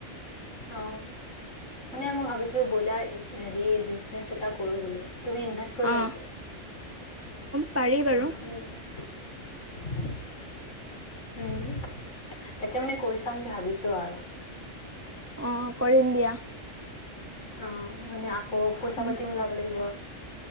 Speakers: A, on the left; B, on the right.
A: অ, মানে মই ভাবিছো ব্ৰইলাৰ হেৰি বিজনেচ এটা কৰো বুলি। তুমি ইনভেষ্ট কৰিবা
B: অ
A: নেকি অ,
B: পাৰি বাৰু
A: উম। <inaudible> উম, তাকে মানে কৰি চাম বুলি ভাবিছো আৰু।
B: অ, কৰিম দিয়া।
A: অ, মানে আকৌ পইচা
B: উম
A: পাতি মিলাব লাগিব।